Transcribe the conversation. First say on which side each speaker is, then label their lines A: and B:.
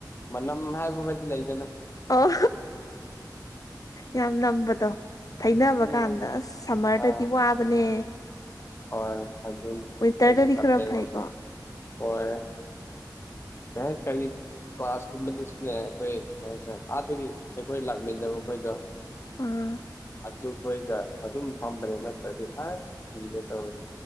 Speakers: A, on the left; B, on the left.
A: ꯃꯅꯝ ꯍꯥꯏꯕꯃꯗꯤ ꯂꯩꯗꯅ
B: ꯑꯣ ꯌꯥꯝ ꯅꯝꯕꯗꯣ ꯊꯩꯅꯕ
A: ꯎꯝ
B: ꯀꯥꯟꯗ ꯑꯥꯁ ꯁꯥꯝꯃꯔꯗꯗꯤ
A: ꯑꯥ
B: ꯋꯥꯕꯅꯦ
A: ꯍꯣꯏ ꯑꯗꯨꯅꯤ
B: ꯋꯤꯟꯇꯔꯗꯗꯤ
A: ꯑꯩꯗꯤ ꯇꯥꯜꯂꯦꯕꯗꯨ
B: ꯈꯔ ꯐꯩꯀꯣ
A: ꯍꯣꯏ UNINTELLIGIBLE ꯀ꯭ꯂꯥꯁꯀꯨꯝꯕꯗꯁꯨꯅꯦ ꯑꯩꯈꯣꯏ ꯑꯥꯗꯒꯤ ꯑꯩꯈꯣꯏ ꯂꯥꯛꯃꯤꯟꯅꯕ ꯃꯈꯩꯗꯣ
B: ꯑꯥ
A: ꯑꯗꯨꯈꯣꯏꯒ ꯑꯗꯨꯝ ꯐꯝꯕꯅꯦ ꯅꯠꯇ꯭ꯔꯗꯤ ꯑꯥꯁ ꯁꯤꯒꯦ ꯇꯧꯋꯦ